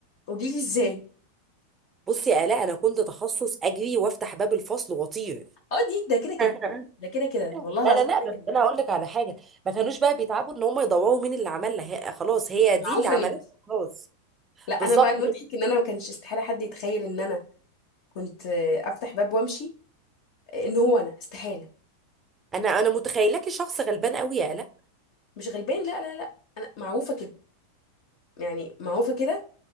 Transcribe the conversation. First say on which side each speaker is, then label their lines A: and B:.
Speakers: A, on the left (about 50°); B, on the right (about 20°).
A: قولي لي ازاي
B: بصي يا الاء انا كنت تخصص اجري وافتح باب الفصل واطير
A: اه دي ده كده
B: <laughs>
A: كده ده كده كده والله العظيم
B: لا لا لا
A: كده
B: بس
A: كده
B: انا هقول لك على حاجه ما كانوش بقى بيتعبوا ان هم يدوروا مين اللي عملها هي خلاص هي دي
A: معروفه
B: اللي عملتها
A: ان
B: خلاص
A: لا انا
B: بالظبط
A: بقى المضحك ان انا ما كانش استحاله حد يتخيل ان انا كنت آه، افتح باب وامشي آه، ان هو انا استحاله
B: انا انا متخيلاكي شخص غلبان قوي يا الاء
A: مش غلبان لا لا لا انا معروفه كده يعني معروفه كده